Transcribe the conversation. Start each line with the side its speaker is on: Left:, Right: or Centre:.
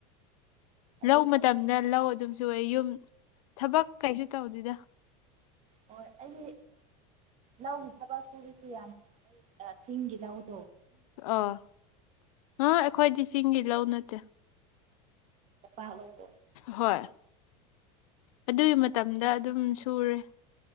Right: ꯑꯗꯨꯅꯦ
Left: ꯂꯧ ꯃꯇꯝꯗ
Right: ꯑꯗꯨ
Left: ꯂꯧ ꯑꯗꯨꯝꯁꯨ ꯑꯣꯏ ꯌꯨꯝ ꯊꯕꯛ ꯀꯩꯁꯨ ꯇꯧꯗꯣꯏꯗ
Right: ꯍꯣꯏ ꯑꯩꯗꯤ ꯂꯧꯒꯤ ꯊꯕꯛ ꯁꯨꯔꯤꯁꯨ ꯌꯥꯝ ꯅꯨꯡꯉꯥꯏ ꯆꯤꯡꯒꯤ ꯂꯧꯗ
Left: ꯑꯥ ꯑ ꯑꯩꯈꯣꯏꯗꯤ ꯆꯁꯤꯡꯒꯤ ꯂꯧ ꯅꯠꯇꯦ
Right: ꯑꯣꯏ
Left: ꯍꯣꯏ ꯑꯗꯨꯒꯤ ꯃꯇꯝꯗ ꯑꯗꯨꯝ ꯁꯨꯔꯦ